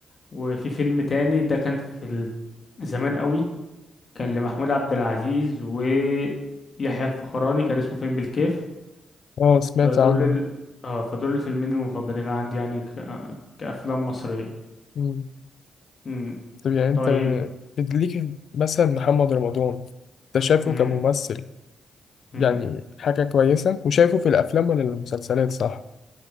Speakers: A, on the left; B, on the left.
A: وفي فيلم تاني ده كان في ال- زمان قوي كان لمحمود عبد العزيز ويحيى الفخراني كان اسمه فيلم بالكيف
B: اه سمعت
A: فدول
B: عنه
A: ال... اه فدول الفيلمين المفضلين عندي يعني ك... كأفلام مصرية
B: مم.
A: مم.
B: طب يعني انت
A: طيب
B: ليك مثلا محمد رمضان انت شايفه
A: مم.
B: كممثل
A: مم.
B: يعني حاجة كويسة وشايفه في الافلام ولا المسلسلات صح